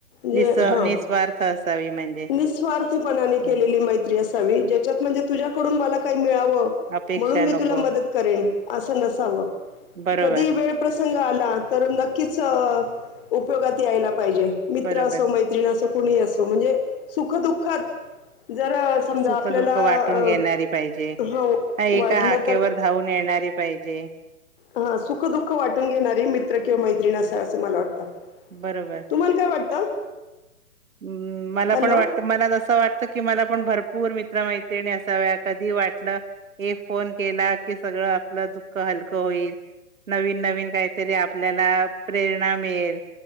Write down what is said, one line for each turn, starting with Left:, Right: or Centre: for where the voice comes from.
Left: जे
Right: निस
Left: हा,
Right: निस्वार्थ असावी म्हणजे
Left: निस्वार्थपणाने
Right: हा,
Left: केलेली मै जे असावी, ज्याच्यात म्हणजे तुझ्याकडून मला काही मिळा आवं
Right: अपेक्षा
Left: म्हणून मी
Right: नको.
Left: तुला मदत करेन असं नसावं,
Right: बरोबर
Left: कधी ही वेळ प्रस् संग आला, तर नक्कीच उपयोगात यायला पाहिजे, मित्र
Right: बरोबर
Left: असो मैत्रिण असो. कुणीही असो. म्हणजे सुखदुःखात जर- अ, समजा
Right: सुख
Left: आपल्याला
Right: दुःख वाटून
Left: अ,
Right: घेणारी पाहिजे.
Left: हो
Right: एका
Left: वाटलं
Right: हाकेवर धावून येणारी पाहिजे. जे.
Left: हा, सुख दुःख वाटून घेणारी मित्र किंवा मैत्रिण‌ असावी. असं मला वाटतं.
Right: बरोबर.
Left: तुम्हाला काय वाटतं?
Right: हम्म. मला
Left: हॅलो?
Right: पण वाटतं. मला जसं वाटतं की मला पण भर- भरपूर मित्र मैत्रिणी असाव्या. कधी वाटलं एक फोन केला की सगळं आपलं दुःख होई नवीन-नवीन काहीतरी आपल्याला प्रेरणा मिळेल.